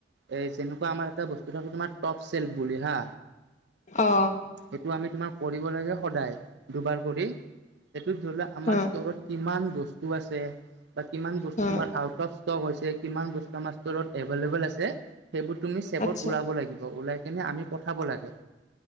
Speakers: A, on the right; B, on the left.
A: এ যেনেকুৱা আমাৰ এটা বস্তু থাকো তোমাৰ টপ চেল বুলি হা
B: অ
A: ত আমি তোমাৰ কৰিব লাগে সদায় দুবাৰ কৰি সেইটোত ধৰি লোৱা আমাৰ
B: হা
A: ষ্টৰত কিমান বস্তু আছে বা কিমান বস্তু
B: হা
A: তোমাৰ আউট অফ ইষ্টক হৈছে কিমান বস্তু আমাৰ ষ্টৰত এভেলেবোল আছে সেইবোৰ তুমি চেভত
B: আচ্ছা
A: ওলাব লাগিব ওলাই কেনে আমি পঠাব লাগে